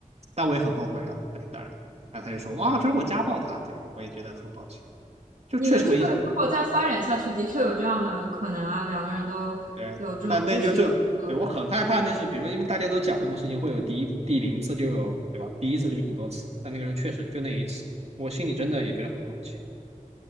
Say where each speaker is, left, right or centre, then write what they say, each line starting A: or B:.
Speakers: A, on the right (about 50°); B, on the right (about 70°).
A: 但我也很后悔啊，对，当然，然后他就说哇，这是我家暴他，对我也觉得很抱歉，就确实会影响，
B: 你们这个如果再发展下去，的确有这样的可能啊，两个人都有这种肢体，
A: 对，但那就最后，
B: 呃
A: 对我很害怕那是，比如说因为大家都讲这种事情会有第一第零次就有，对吧？第一次就有很多次，但那个时候确实就那一次，我心里真的也觉得很抱歉，